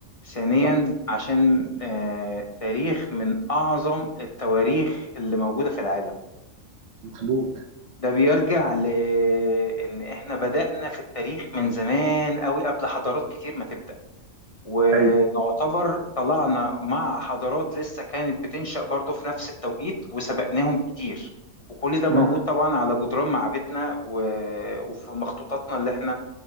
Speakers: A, on the left (about 30°); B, on the right (about 60°).
A: ثانيا
B: صح
A: عشان آه، تاريخ من اعظم التواريخ اللي موجودة في العالم
B: مظبوط
A: ده بيرجع لان احنا بدأنا في التاريخ من زمان قوي قبل حضارات كتير ما تبدأ ونعتبر
B: ايوه
A: طلعنا مع حضارات لسه كانت بتنشأ برضو في نفس التوقيت وسبقناهم بكتير وكل ده موجود
B: امم
A: طبعا على جدران معابدنا و- وفي مخطوطاتنا اللي احنا